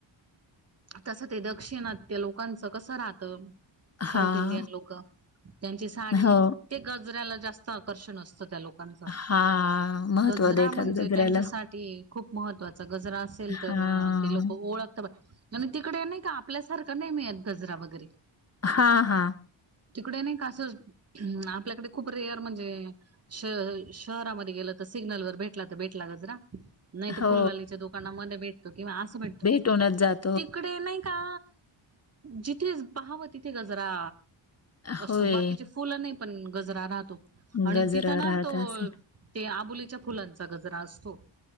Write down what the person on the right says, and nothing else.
तसं ते दक्षिणात्य, लोकांचं कसं राहत?
साऊथ इंडियन लोकं, त्यांची साडी
ते गजऱ्याला जास्त आकर्षण असतं, त्या लोक कंचं,
गजरा,
म्हणजे
त्यांच्यासाठी, खूप महत्त्वा च, गजरा असेल
तर, ते लोक ओळख <unintelligible> आणि तिकडे नाही का, आपल्यासारखं नही मिळत, गजरा वगैरे.
तिकडे नही का असं, आपल्याकडे खूप रेअर, म्हणजे श-शहरामध्ये गेलं तर, सिग्नल वर भेटला तर भेटला, गजरा. नाही तर,
फुलवालीच्या दुकानामध्ये भेटतो, किंवा असं भेटतो.
तिकडे नही का, जिथे पहावं, तिथे गजरा असतो,
बाकीचे फुलं नाही पण, गजरा राहतो, आणि
तिथं ना,
तो
ते, आबोलीच्या फुलांचा, गजरा असतो.